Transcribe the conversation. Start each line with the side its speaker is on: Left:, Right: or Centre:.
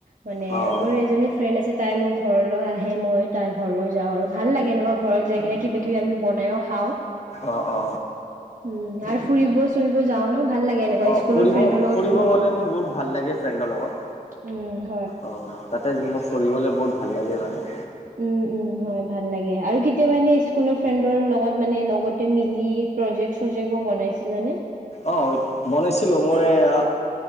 Right: মানে
Left: অ'।
Right: মোৰ এজনী ফ্ৰেণ্ড আছে। তাই মোৰ ঘৰলৈ আহে, মই তাই ঘৰলৈ যাওঁ। আৰু ভাল লাগে এনেকুৱা ঘৰত যাই কিনে, কিবা-কিবি আমি বনায়ো খাওঁ।
Left: অ-অ।
Right: উম নাই ফুৰিব চুৰিব যাও ন। ভাল লাগে এনেকুৱা
Left: অ',
Right: স্কুলৰ
Left: ফুৰিব
Right: ফ্ৰেণ্ডৰ লগত
Left: ফুৰিব
Right: ফুৰি
Left: গ'লে মোৰ বহুত ভাল লাগে ফ্ৰেণ্ডৰ লগত।
Right: উম উম।
Left: অ তাতে মোক ফুৰিবলৈ বহুত ভাল লাগে মানে।
Right: উম উম হয় ভাল লাগে আৰু কেতিয়াবা এনে স্কুলৰ ফ্ৰেণ্ডৰ লগত মানে লগতে মিলি। প্ৰজেক্ট চজেক্টও বনাইছিলানে?
Left: অ বনাইছিলো মই এই।